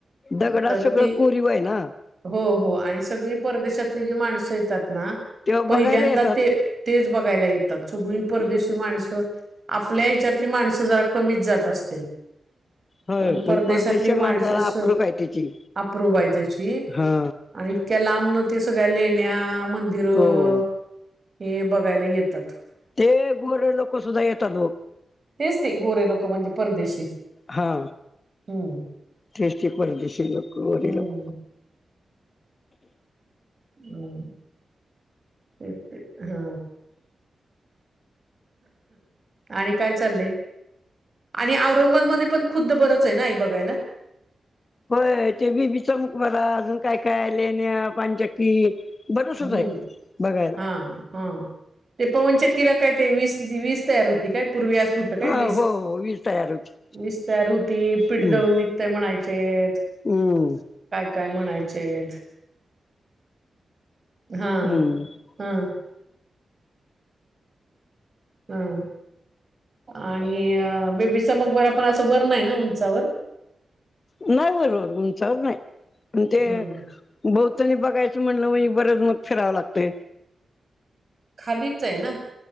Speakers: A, on the left; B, on the right.
A: दगडात
B: तर
A: सगळं
B: ती
A: कोरीव आहे ना
B: हो हो आणि सगळी परदेशातली जी माणसं येतात
A: तेव्हा
B: पहिल्यांदा
A: बघायला येतात
B: ते ते बघायला येतात परदेशी माणस आपल्या हेच्यातली माणसं जरा कमीच जात असतात थ
A: होय
B: पण परदेशातली
A: परदेशी
B: माणस
A: माणसाला
B: अस
A: अप्रूप आहे त्याची
B: अप्रूप आहे त्याची
A: हा
B: आणि इतक्या लांब न ते सगळ्या लेण्या, मंदिरं
A: हो
B: हे बघायला येतात.
A: ते गोरे लोक सुद्धा येतात बघ.
B: तेच ते गोरे लोक म्हणजे परदेशी.
A: हा.
B: हम्म.
A: तेच ते परदेशी लोक, गोरी
B: हम्म
A: लोक.
B: हम्. ते, ते हा. आणि काय चालय. आणि औरंगाबादमध्ये पण खुद्द बरंच आहे ना बघायल.
A: होय ते बीबीचा मकबरा अजून काय काय लेण्या, पांचकी. बरसच
B: हम्म
A: हाय बघायला.
B: हा हा ते पवन चक्कीला काय ते वीज वीज तयार होती काय? पूर्वीस होत काय
A: हा
B: वीज,
A: हो हो वीज तयार होती
B: वीज तयार होती पीठ
A: हम्म
B: दळून निघतंय म्हणाय चे.
A: हम्म.
B: काय म्हणायचेत. हा,
A: हम्म
B: हम. हम्म. आणि बेबीच मगबरा पण असं वर नाही ना उंचावर.
A: नाही वर उंचावर नाही, पन ते
B: ह
A: ब नी बघायचं म्हणलं मग बरंच मग फिरावं लागतंय.
B: खालीच आहे ना.